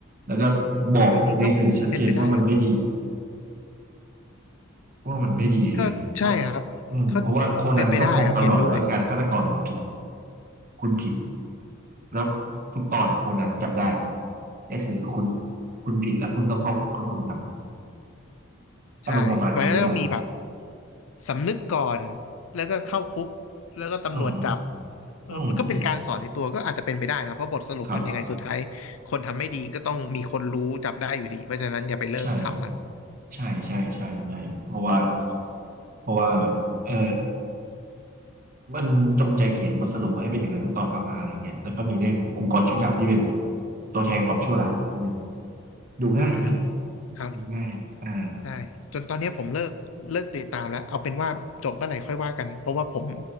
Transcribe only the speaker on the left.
จริงๆก็เป็นไปได้ครับ
ก็ใช่ครับเขา
เป็นไปได้ครับเห็นด้วย
ใช่มันก็ต้องมีแบบสำนึกก่อนแล้วก็เข้าคุกแล้วก็ตำรวจจับ
เออมันก็เป็นการสอนในตัวก็อาจจะเป็นไปได้นะครับเพราะบทสรุปมันยังไงสุดท้าย
คนทำไม่ดีก็ต้องมีคนรู้จับได้อยู่ดีเพราะฉะนั้นอย่าไปเริ่มทำมัน
อ่าครับ
ใช่จนตอนนี้ผมเลิกเลิกติดตามแล้วเอาเป็นว่าจบเมื่อไหร่ค่อยว่ากันเพราะว่าผม